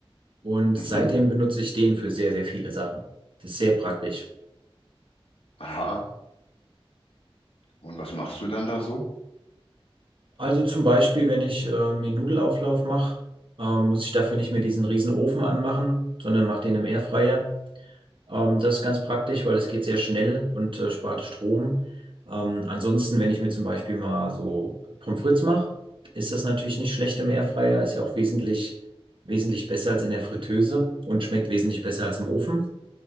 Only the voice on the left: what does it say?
Mhm.
Aha. Und was machst du dann da so?